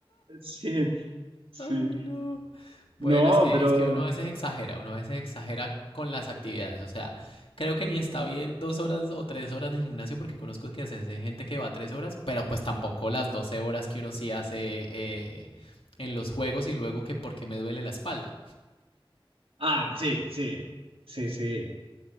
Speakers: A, on the right; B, on the left.
A: Sí, sí.
B: Ay, no. Bueno,
A: No,
B: es que,
A: pero...
B: es que uno a veces exagera, uno a veces exagera con las actividades. O sea, creo que ni está bien dos horas o tres horas de gimnasio porque conozco que hace hace gente que va tres horas, pero pues tampoco las 12 horas que uno sí hace eh, en los juegos y luego que porque me duele la espalda.
A: Ah, sí, sí. Sí, sí.